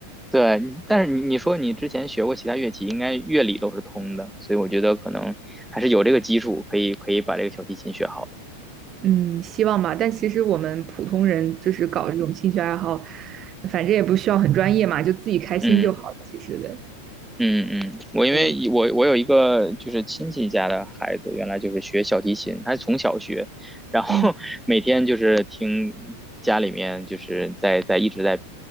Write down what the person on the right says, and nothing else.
嗯，希望吧。但其实我们普通人就是搞这种兴趣爱好，反正也不需要很专业嘛，就自己开心就好了其实对，
对
嗯